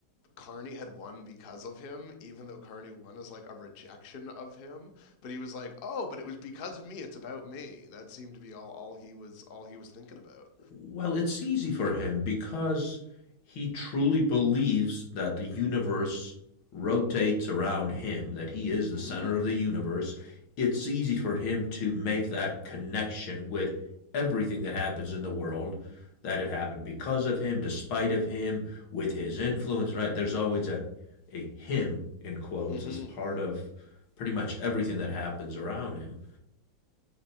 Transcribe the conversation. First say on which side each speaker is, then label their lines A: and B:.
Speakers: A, on the left (about 40°); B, on the left (about 90°).
A: Carney had won because of him, even though Carney won as like a rejection of him. But he was like, oh, but it was because of me. It's about me. That seemed to be all all he was all he was thinking about.
B: Well, it's easy for him because he truly believes that the universe rotates around him, that he is the
A: Mm-hmm.
B: center of the universe. It's easy for him to make that connection with everything that happens in the world that it happened because of him, despite of him, with his influence, right? There's always a, a him in quotes
A: Mm-hmm.
B: as part of pretty much everything that happens around him.